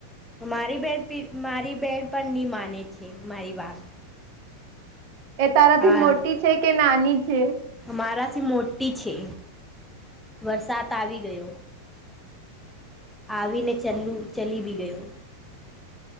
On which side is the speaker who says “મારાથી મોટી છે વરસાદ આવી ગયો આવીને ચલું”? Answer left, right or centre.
Centre